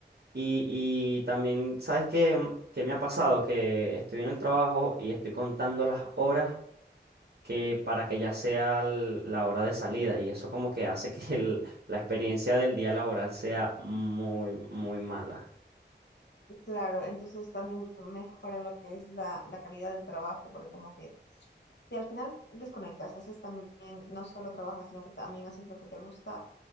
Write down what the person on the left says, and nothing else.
Claro, entonces también mejora lo que es la, la calidad del trabajo, porque como que si al final desconectas, haces también, no solo trabajas, sino que también haces lo que te gusta,